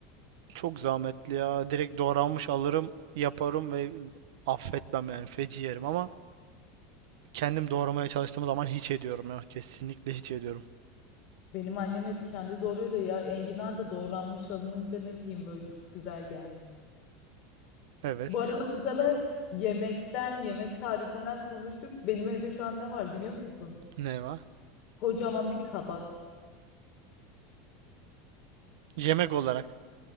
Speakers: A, on the right; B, on the left.
A: çok zahmetli ya. Direkt doğranmış alırım, yaparım ve affetmem yani. Feci yerim ama kendim doğramaya çalıştığım zaman hiç ediyorum ya. Kesinlikle hiç ediyorum.
B: Benim annem hep kendi doğruyor da ya enginar da doğranmış alınınca ne bileyim böyle çok güzel gelmiyor.
A: Evet.
B: Bu arada bu kadar yemekten, yemek tarifinden konuştuk. Benim evde şu an ne var biliyor musun?
A: Ne var?
B: Kocaman bir kabak.
A: Yemek olarak.